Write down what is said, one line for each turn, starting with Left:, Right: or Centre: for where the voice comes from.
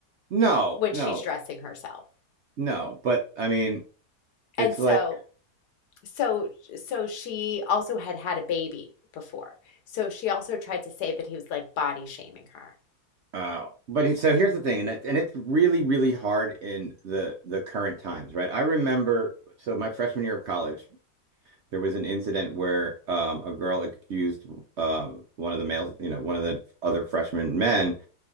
Right: no,
Left: when
Right: no,
Left: she's dressing herself.
Right: no. But I mean, it's
Left: And so
Right: like
Left: So, so she also had had a baby before. So she also tried to say that he was like body shaming her.
Right: Uh, but he, so here's the thing, and it, and it's really, really hard in the the current times, right? I remember, so my freshman year of college, there was an incident where um, a girl accused um, one of the males, you know, one of the other freshman men